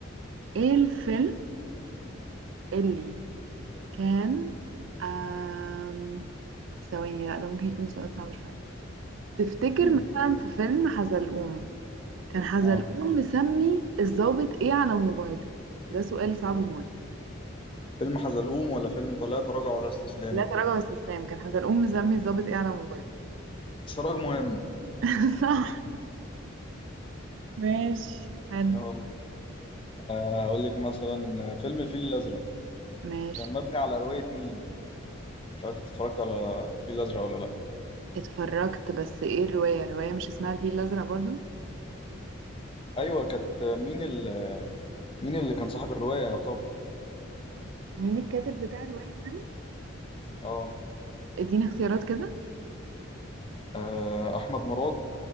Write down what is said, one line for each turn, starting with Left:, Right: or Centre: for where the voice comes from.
Right: ايه الفيلم اللي كان آم. ثواني لا ده ممكن يكون سؤال صعب شوية تفتكر
Left: مم.
Right: مثلا في فيلم حزلقوم كان حزلقوم
Left: اه
Right: مسمي الضابط ايه على موبايله ده سؤال صعب موت
Left: فيلم حزلقوم ولا فيلم لا تراجع ولا استسلام
Right: لا تراجع واستسلام كان حزلقوم مسمي الضابط ايه على موبايله
Left: سراج مهم
Right: <laughs> صح ماشي حلو
Left: يلا آه، أقول لك مثلا آه، فيلم الفيل الأزرق
Right: ماشي
Left: كان مبني على رواية مين مش عارف اتفرجت على الفيل الازرق ولا لا
Right: اتفرجت بس ايه الرواية الرواية مش اسمها الفيل الأزرق برضو
Left: ايوه كانت مين ال... مين اللي كان صاحب الروايه يا طب
Right: مين الكاتب بتاع الرواية يعني
Left: اه
Right: اديني اختيارات كده <laughs>
Left: آه، احمد مراد